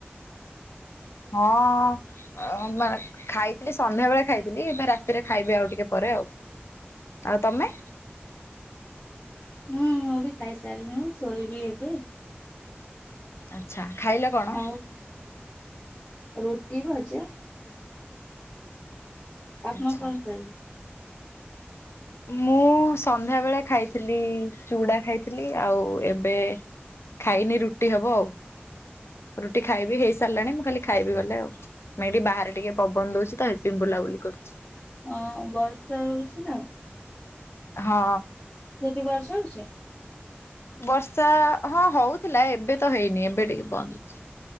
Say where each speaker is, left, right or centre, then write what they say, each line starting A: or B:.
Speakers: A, on the left; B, on the left.
A: ହଁ। ଅ ବା ଖାଇଥିଲି ସନ୍ଧ୍ୟା ବେଳେ ଖାଇଥିଲି। ଏବେ ରାତିରେ ଖାଇବି ଆଉ ଟିକେ ପରେ ଆଉ। ଆଉ ତମେ?
B: ହୁଁ ମୁଁ ବି ଖାଇସାରିଲିଣୀ, ଶୋଇବି ଏବେ।
A: ଆଚ୍ଛା ଖାଇଲ କଣ?
B: ଆଉ ରୁଟି, ଭଜା। ଆପଣ
A: ଆଚ୍ଛା।
B: କଣ ଖାଇଲେ?
A: ମୁଁ ସନ୍ଧ୍ୟାବେେଳେ ଖାଇଥିଲି ଚୁଡା ଖାଇଥିଲି ଆଉ ଏବେ- ଖାଇନି ରୁଟି ହବ ଆଉ। ରୁଟି ଖାଇବି, ହେଇସାରିଲାଣି, ମୁଁ ଖାଲି ଖାଇବି ଗଲେ ଆଉ। ମୁଁ ଏଠି ବାହାରେ ଟିକେ ପବନ ଦଉଚି ତ ଏଥ ପାଇଁ ବୁଲାବୁଲି କରୁଚି।
B: ହଁ ବର୍ଷା ହଉଚି ନା?
A: ହଁ।
B: ସେଠି ବର୍ଷା, ହଉଚି?
A: ବର୍ଷା ହଁ ହଉଥିଲା। ଏବେ ତ ହେଇନି ଏବେ ଟିକେ ବନ୍ଦ ଅଛି।